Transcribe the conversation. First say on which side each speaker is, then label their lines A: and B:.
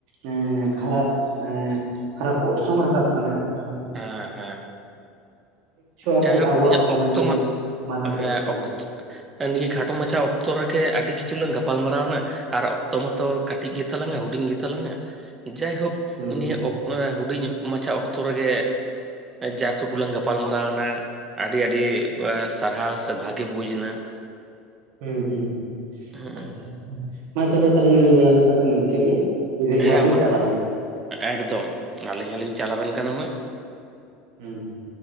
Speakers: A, on the right (about 65°); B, on the right (about 25°).
A: ᱮᱸ ᱠᱷᱟᱨᱟᱯ ᱮᱸ ᱠᱷᱟᱨᱟᱯ ᱚᱨᱥᱚᱝ ᱨᱟᱠᱟᱵ ᱠᱟᱱᱟ ᱡᱟᱦᱟᱸ ᱫᱚᱼᱼ
B: ᱦᱮᱸᱻ ᱦᱮᱸ
A: ᱟᱨ
B: ᱡᱟᱭᱦᱳᱠ
A: ᱪᱮᱫ ᱟᱵᱚᱣᱟᱜ
B: ᱤᱧᱟᱜ
A: ᱥᱚᱢᱟᱡᱮ
B: ᱚᱠᱛᱚ ᱢᱚᱛ
A: ᱢᱟᱞᱚᱴᱮᱫ
B: ᱦᱮᱸ
A: ᱛᱟᱵᱚᱱᱟᱭ
B: ᱚᱠᱛᱚ <inaudible> ᱱᱤᱭᱟᱹ ᱠᱷᱟᱴᱚ ᱢᱟᱪᱷᱟ ᱚᱠᱛᱚ ᱨᱮ ᱜᱮ ᱟᱹᱰᱤ ᱠᱤᱪᱷᱩ ᱞᱟᱝ ᱜᱟᱯᱟᱞ ᱢᱟᱨᱟᱣᱱᱟ᱾ ᱟᱨ ᱚᱠᱛᱚ ᱢᱟᱛᱚ ᱠᱟᱴᱤᱡ ᱜᱮᱛᱟᱞᱟᱝᱼᱟ ᱦᱩᱰᱤᱧ ᱜᱮᱛᱟᱞᱟᱝᱼᱟ ᱡᱟᱭᱦᱳᱠᱼᱼ
A: ᱦᱩᱸ
B: ᱱᱤᱭᱟᱹ
A: ᱦᱩᱸ
B: ᱚᱠᱛ ᱦᱩᱰᱤᱧ ᱢᱟᱪᱷᱟ ᱚᱠᱛᱚ ᱨᱮᱜᱮᱼᱼ ᱡᱟ ᱥᱚᱠᱩᱨ ᱠᱚᱞᱟᱝ ᱜᱟᱯᱟᱞᱢᱟᱨᱟᱣᱱᱟ᱾ ᱟᱰᱤ ᱟᱰᱤ ᱥᱟᱨᱦᱟᱣ ᱥᱮ ᱵᱷᱟᱹᱜᱤ ᱵᱩᱡ ᱮᱱᱟ᱾
A: ᱦᱩᱸᱻᱦᱩᱸᱻᱦᱩᱸ
B: ᱦᱮᱸ
A: ᱟᱪᱪᱷᱟ ᱦᱟ ᱢᱟ ᱛᱚᱵᱮ ᱛᱟᱦᱞᱮ ᱱᱤᱭᱟᱹ ᱵᱟᱨ ᱞᱮᱠᱟ ᱫᱚ ᱱᱤᱝᱠᱟᱹ ᱜᱮ᱾ ᱵᱤᱫᱟᱹᱭ ᱡᱚᱦᱟᱨ
B: ᱦᱮᱸ
A: ᱞᱤᱧ
B: ᱢᱟ
A: ᱪᱟᱞ ᱟᱵᱮᱱ
B: ᱮᱠᱫᱚᱢ ᱟᱞᱤᱧ ᱦᱚᱞᱤᱧ ᱪᱟᱞᱟᱣᱵᱮᱱ ᱠᱟᱱᱟ ᱢᱟ᱾
A: ᱦᱩᱸ ᱦᱩᱸ᱾